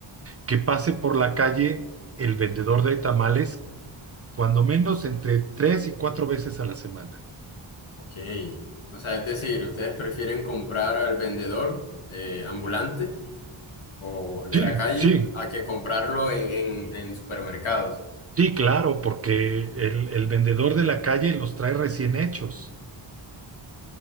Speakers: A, on the right; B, on the left.
A: que pase por la calle el vendedor de tamales, cuando menos entre tres y cuatro veces a la semana.
B: ok. O sea, es decir, ¿ustedes prefieren comprar al vendedor eh, ambulante o de
A: Sí,
B: la calle
A: sí,
B: a que comprarlo en, en- en supermercados?
A: sí, claro, porque el, el vendedor de la calle los trae recién hechos.